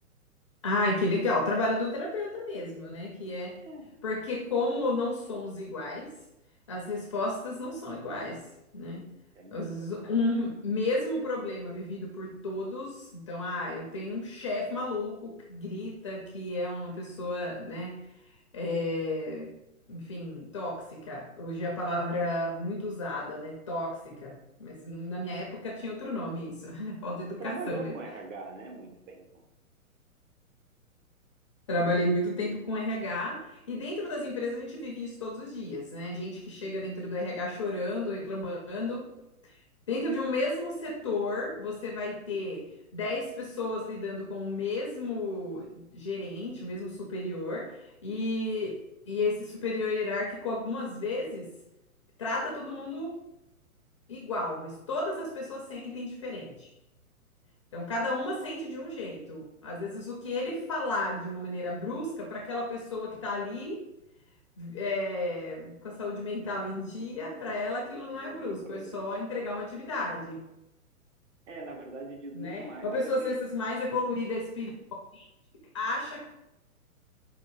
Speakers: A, on the left; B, on the right.
A: Ai, que legal. O trabalho do terapeuta mesmo, né? Que é...
B: É,
A: Porque como não somos iguais, as respostas não são iguais, né?
B: é mesmo,
A: Às vezes,
B: né?
A: um mesmo problema vivido por todos. Então, ah, eu tenho um chefe maluco que grita, que é uma pessoa, né? é, enfim, tóxica. Hoje é a palavra é muito usada, né? Tóxica. Mas na minha época tinha outro nome isso, <laughs> falta de educação
B: Você trabalhou
A: mesmo.
B: com RH, né, muito tempo.
A: Trabalhei muito tempo com RH e dentro das empresas a gente vive isso todos os dias, né? Gente que chega dentro do RH chorando, reclamando, Dentro de um mesmo setor, você vai ter 10 pessoas lidando com o mesmo gerente, o mesmo superior, e, e esse superior hierárquico, algumas vezes, trata todo mundo igual, mas todas as pessoas sentem diferente. Então, cada uma sente de um jeito. Às vezes, o que ele falar de uma maneira brusca, para aquela pessoa que está ali, é, com a saúde mental em dia, para ela aquilo não
B: Não
A: é brusco,
B: tem problema.
A: é só entregar uma atividade.
B: É, na verdade, diz
A: né?
B: muito mais
A: Uma
B: a
A: pessoa,
B: respeito,
A: às vezes, mais evoluída espírita acha que...